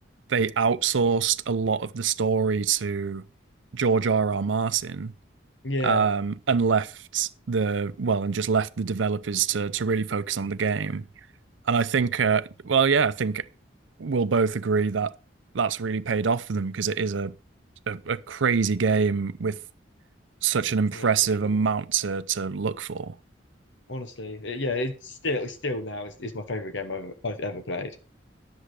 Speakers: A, on the right; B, on the left.
A: they outsourced a lot of the story to George R. R. Martin
B: Yeah,
A: um, and left the well and just left the developers to to really focus on the game. And I think, uh, well, yeah, I think we'll both agree that that's really paid off for them because it is a, a a crazy game with such an impressive
B: yeah, for sure.
A: amount to to look for.
B: Honestly, it- yeah, it's still, it's still now is, is my favorite game I've, I've ever played.